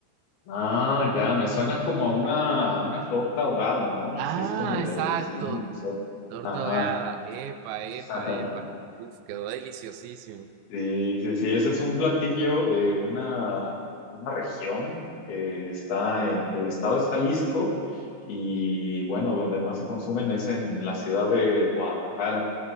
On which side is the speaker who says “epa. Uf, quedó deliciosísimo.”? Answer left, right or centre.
Right